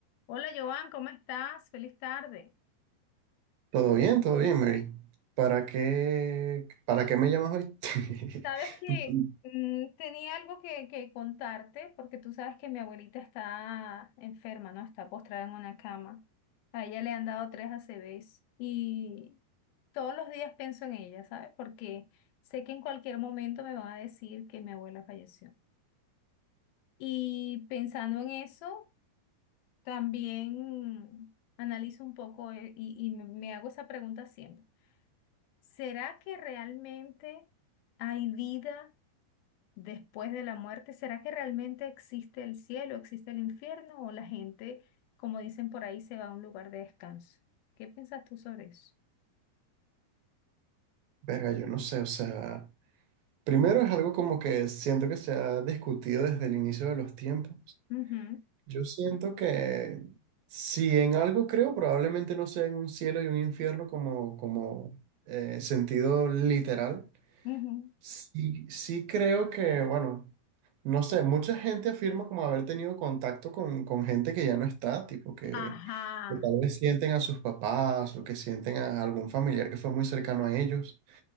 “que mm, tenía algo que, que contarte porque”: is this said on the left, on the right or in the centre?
Left